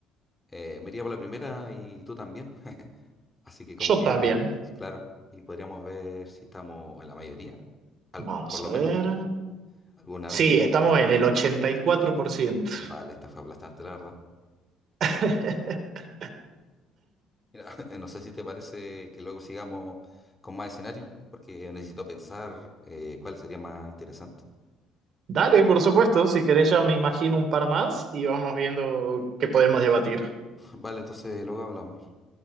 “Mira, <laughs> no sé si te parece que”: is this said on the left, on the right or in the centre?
Left